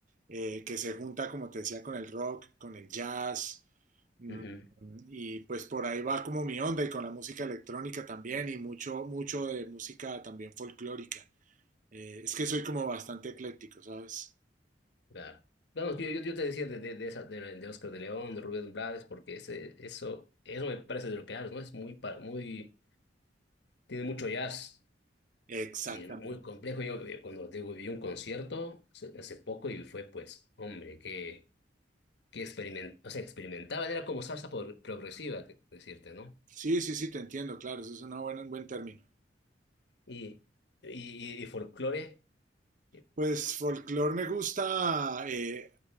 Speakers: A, on the right; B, on the left.
A: eh, que se junta, como te decía, con el rock, con el jazz, mm,
B: Ujú,
A: y pues por ahí va como mi onda y con la música electrónica también y mucho, mucho de música también folclórica. Eh, es que soy como bastante ecléctico, ¿sabes?
B: claro. Vamos, yo, yo, yo te decía de, de, de, esa- de, de Oscar de León, de Rubén Blades, porque ese, eso, eso me parece de lo que hablas, ¿no? Es muy, pa- muy, tiene mucho jazz.
A: Exactamente.
B: Y es muy complejo, yo vi- cuando te digo, vi un concierto hace, hace poco y fue pues, hombre, que, que experiment, o sea, experimentaban, era como salsa por- progresiva, que- decirte, ¿no?
A: Sí, sí, sí, te entiendo, claro, eso es una buena- un buen término.
B: Y, y, y, y folclore, eh,
A: Pues folclore me gusta, eh,